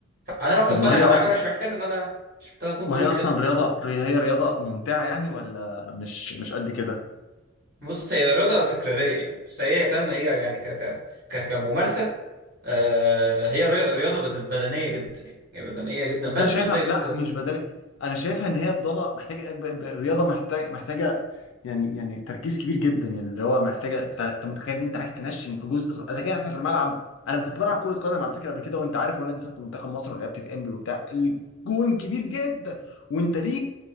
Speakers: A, on the right (about 45°); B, on the left (about 70°).
A: فانا بقى كصانع
B: طب وهي
A: العاب
B: اصلا
A: انا مش محتاج ان انا مش محتاج اكون
B: وهي
A: طويل
B: اصلا
A: كده
B: رياضه هي رياضه ممتعه يعني ولا مش مش قد كده
A: بص هي رياضه تكراريه يعني بس هي فاهم هي يعني ك ك ك كممارسه آه هي ري- رياضه بد- بدنيه جدا يعني هي بدنيه جدا
B: بس
A: بس
B: انا شايفها
A: مش زي الكوره
B: لا مش بدني انا شايفها ان هي بضلة محتاجه ب- ب- الرياضه محتاج محتاجه يعني يعني تركيز كبير جدا يعني اللي هو محتاجه انت أنت متخيل ان انت عايز تنشن في جزء صغير اذا كان احنا في الملعب انا كنت بلعب كره قدم على فكره قبل كده وانت عارف وانا دخلت منتخب مصر ولعبت في انبي وبتاع الجون كبير جدا وانت ليك